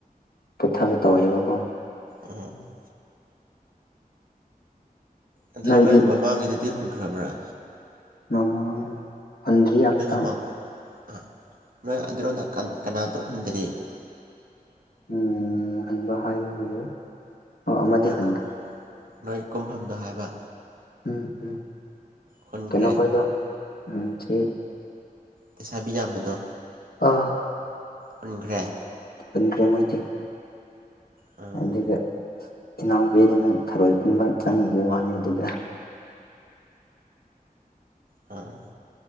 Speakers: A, on the left (about 90°); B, on the right (about 65°).
A: ꯄꯨꯊꯕ ꯇꯧꯋꯦꯕꯀꯣ
B: ꯎꯝ ꯑꯗꯨ
A: ꯅꯣꯏꯗꯤ
B: ꯅꯣꯏ ꯃꯃꯥꯡꯒꯤꯗꯨꯗꯤ ꯍꯨꯟꯈ꯭ꯔꯕꯔꯥ
A: <unintelligible> ꯑꯝꯇ
B: ꯅꯣꯏ ꯃꯃꯥ ꯈꯣꯏ ꯑ ꯅꯣꯏ ꯑꯗꯨꯔꯣꯝꯗ ꯀ ꯀꯅꯥ ꯇꯧꯍꯟꯗ꯭ꯔꯤ
A: ꯎꯝ ꯍꯨꯟꯕ ꯍꯥꯏꯕꯕꯨ ꯑꯣ ꯑꯃꯗꯤ
B: ꯅꯣꯏ
A: ꯍꯨꯟꯈ꯭ꯔꯦ
B: ꯀꯨ ꯅꯣꯏ ꯀꯨꯝꯐꯝꯗꯣ ꯍꯥꯏꯕ
A: ꯎꯝ ꯎꯝ
B: ꯍꯨꯟꯈ꯭ꯔꯦ
A: ꯀꯩꯅꯣ ꯈꯣꯏꯗꯣ ꯎꯝ ꯁꯤ
B: ꯂꯩꯩꯁꯥꯕꯤ ꯌꯥꯝꯕꯗꯣ
A: ꯑ
B: ꯍꯨꯟꯈ꯭ꯔꯦ
A: ꯍꯨꯟꯈ꯭ꯔꯦ ꯃꯣꯏꯗꯤ
B: ꯑꯥ
A: ꯑꯗꯨꯒ <unintelligible> ꯅꯥꯎꯄꯤꯗꯨꯅ ꯊꯔꯣꯏ ꯈꯨꯟꯕ ꯆꯪꯉꯨꯕ ꯋꯥꯅꯤ ꯑꯗꯨꯗ
B: ꯑꯥ